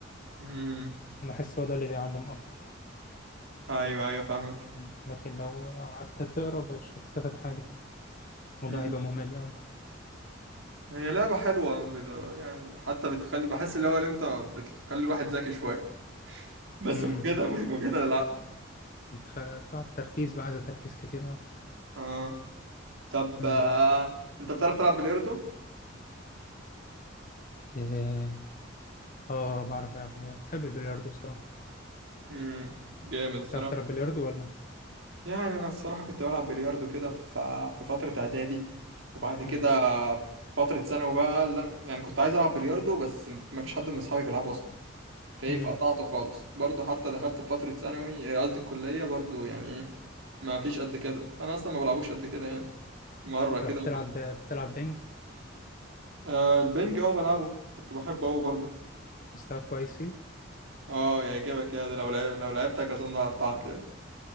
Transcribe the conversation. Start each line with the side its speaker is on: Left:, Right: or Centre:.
Right: امم
Left: أنا بحس هو ده اللي بيعلم أكتر
Right: ايوه ايوه فاهمك
Left: يعني، لكن لو قعدت تقرا مش هتستفاد حاجة الموضوع
Right: مم.
Left: هيبقى ممل
Right: هي لعبه حلوه بال- يعني حتى بتخلي بحس اللي هو اللي انت بتخلي الواحد ذكي شويه بس
Left: أوي
Right: مجهده مش مجهده للعقل
Left: انت خ- بتاع تركيز بقى عايزة تركيز كتير أوي
Right: اه طب
Left: مم.
Right: آه، انت بتعرف تلعب بلياردو
Left: إيه، اه بعرف ألعب بلياردو بحب البلياردو بصراحة
Right: امم جامد صراحه.
Left: بتعرف تلعب بلياردو ولا؟
Right: يعني انا الصراحه كنت بلعب بلياردو كده ف- في فتره اعدادي وبعد كده
Left: مم.
Right: فتره ثانوي بقى اللي أنا- يعني كنت عايز العب بلياردو بس ما فيش حد من اصحابي بيلعبه اصلا فايه
Left: مم.
Right: فقطعته خالص برضه حتى دخلت في فتره ثانوي آه، قصدي الكليه برضه يعني ايه ما فيش قد كده انا اصلا ما بلعبوش قد كده يعني مره كده
Left: طب بتلعب
Right: ولا مرة.
Left: بتلعب بينج
Right: آه البنج اه بلعبه كنت بحبه قوي برضه
Left: مستواك كويس فيه
Right: اه يعجبك يا ده لو لعب لو لعبتك اظن هقطعك يعني